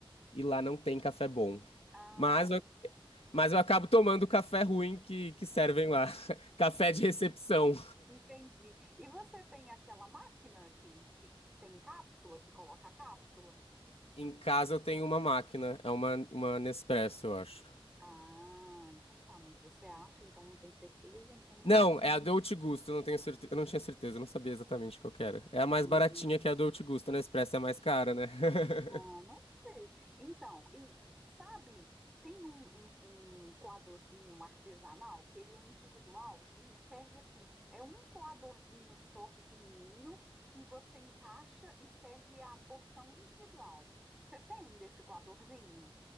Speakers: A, on the left; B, in the centre.
A: e lá não tem café bom.
B: ah,
A: Mas eu,
B: e-
A: mas eu acabo tomando o café ruim que, que servem lá, <laughs> café de recepção.
B: entendi. E você tem aquela máquina que, que tem cápsula, que coloca a cápsula?
A: Em casa eu tenho uma máquina, é uma, uma Nespresso, eu acho.
B: Ah, então tá, mas você acha, então não tem certeza, então não-
A: Não, é a Dolce Gusto, eu não tenho certeza, eu não tinha certeza, eu não sabia exatamente qual que era. É a mais
B: Hum,
A: baratinha que é a Dolce Gusto, a Nespresso é a mais cara, né? <laughs>
B: ah, não sei. Então, e sabe, tem um, um, um coadorzinho artesanal que ele é individual e serve assim, é um coadorzinho só pequenininho que você encaixa e serve a porção individual. Você tem desse coadorzinho?